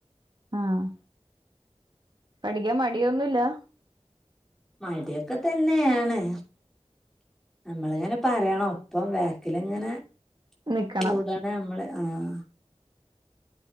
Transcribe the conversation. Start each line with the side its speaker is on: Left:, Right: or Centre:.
Right: ആഹ് പഠിക്കാൻ മടിയൊന്നുല്ലാ
Centre: മടിയൊക്കെ തന്നെയാണ് നമ്മളിങ്ങനെ പറയണം അപ്പം ബാക്കിലിങ്ങനെ
Right: നിക്കണം
Centre: കൂടാ പിന്നെ നമ്മള് ആഹ്